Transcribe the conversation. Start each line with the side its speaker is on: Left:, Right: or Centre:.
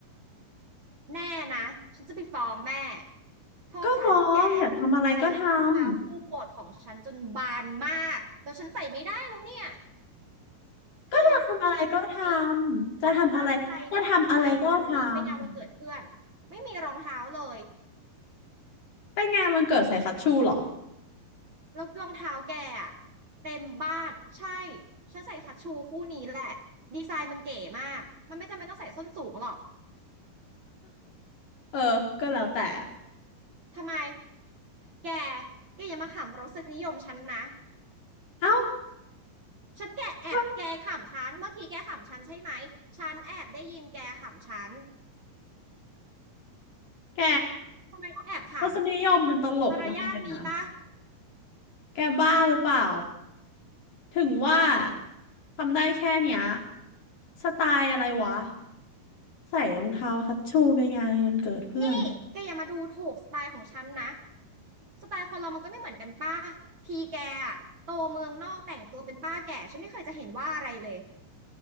Right: แน่นะ ฉันจะไปฟ้องแม่ โทษฐานที่แกอะใส่รองเท้าคู่โปรดของฉันจนบานมากแล้วฉันใส่ไม่ได้แล้วเนี่ย
Left: ก็ฟ้องอยากทำอะไรก็ทำ
Right: เธอคิดดูสิ
Left: อยากทำอะไรก็ทำจะทำอะไรจะทำอะไรก็ทำ
Right: ฉันตั้งใจจะใส่วันนี้ไปงานวันเกิดเพื่อน ไม่มีรองเท้าเลย
Left: ไปงานวันเกิดใส่คัชชูเหรอ
Right: แล้วรองเท้าแกอะเต็มบ้านใช่ฉันใส่คัชชูคู่นี้แหละดีไซน์มันเก๋มากมันไม่จำเป็นต้องใส่ส้นสูงหรอก
Left: เออ ก็แล้วแต่อะ
Right: ทำไมแกแกอย่ามาขำรสนิยมฉันนะ
Left: เอ้า
Right: ฉันแกแอบแกขำฉันเมื่อกี้แกขำฉันใช่ไหมฉันแอบได้ยินแกขำฉัน
Left: ว่าแก
Right: ทำไมต้องแอบข
Left: รสนิยมมันตลกมากเลยนะ
Right: ำมารยาทมีปะ
Left: แกบ้าหรือเปล่า ถึงว่าทำได้แค่เนี้ย สไตล์อะไรวะ ใส่รองเท้าคัชชูไปงานวันเกิดเพื่อน
Right: นี่แกอย่ามาดูถูกสไตล์ของฉันนะสไตล์คนเรามันก็ไม่เหมือนกันป้าทีแกอะโตเมืองนอกแต่งตัวเป็นป้าแก่ฉันไม่เคยจะเห็นว่าอะไรเลย